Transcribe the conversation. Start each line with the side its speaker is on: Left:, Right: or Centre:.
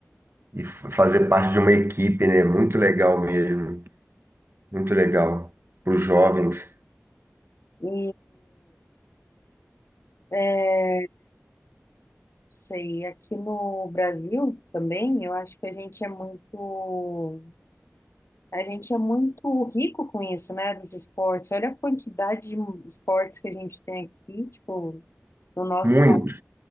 Right: E f- fazer parte de uma equipe, né? Muito legal mesmo, muito legal para os jovens.
Left: E é, não sei, aqui no Brasil também, eu acho que a gente é muito, a gente é muito rico com isso, né, dos esportes. Olha a quantidade de esportes que a gente tem aqui, tipo, no nosso
Right: Muito,
Left: país.